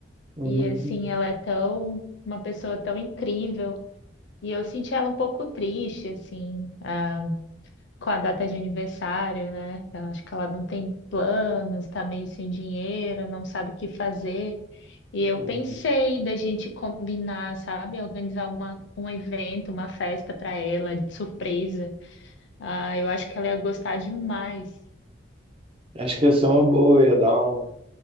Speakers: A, on the right; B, on the left.
A: Uhum,
B: e assim, ela é tão uma pessoa tão incrível. E eu senti ela um pouco triste, assim, ah, com a data de aniversário, né? Eu acho que ela não tem planos, tá meio sem dinheiro, não sabe o que fazer. E eu
A: uhum.
B: pensei da gente combinar, sabe? Organizar uma, um evento, uma festa para ela, de surpresa. Ah, eu acho que ela ia gostar demais.
A: Acho que ia ser uma boa, ia dar um,